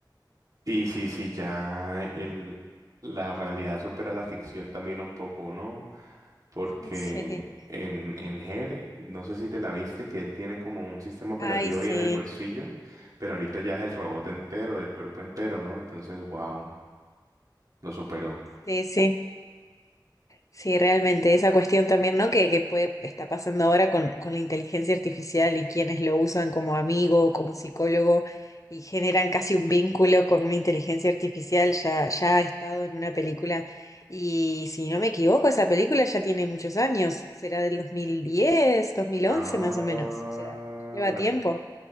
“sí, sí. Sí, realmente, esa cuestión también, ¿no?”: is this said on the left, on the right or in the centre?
Left